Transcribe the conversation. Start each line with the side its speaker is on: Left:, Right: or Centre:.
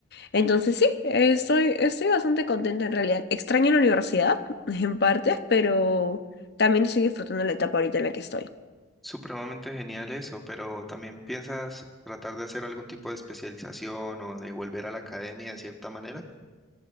Left: Entonces sí, eh, estoy, estoy bastante contenta en realidad. Extraño la universidad <laughs> en partes, pero también estoy disfrutando la etapa ahorita en la que estoy.
Centre: Supremamente genial eso, pero también piensas tratar de hacer algún tipo de especialización o de volver a la academia de cierta manera.